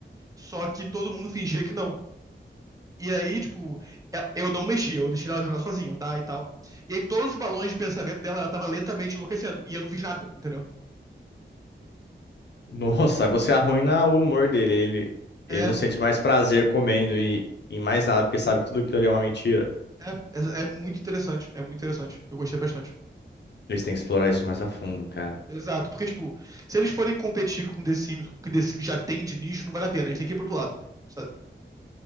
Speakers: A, on the right; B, on the left.
A: Só que todo mundo fingia que não. E aí, tipo, e- eu não mexia, eu deixei ela jogar sozinha, andar e tal. E aí todos os balões de pensamento dela, ela tava lentamente enlouquecendo. E eu não fiz nada, entendeu?
B: <laughs> Nossa, você arruina o humor dele. Ele, ele
A: É,
B: não sente mais prazer comendo e em mais nada, porque sabe que tudo aquilo ali é uma mentira.
A: é, é é muito interessante, é muito interessante. Eu gostei bastante.
B: Eles têm que explorar isso mais a fundo, cara.
A: Exato, porque, tipo, se eles forem competir com The Sims, com o que The Sims já tem de nicho, não vale a pena. A gente tem que ir pro outro lado, sabe?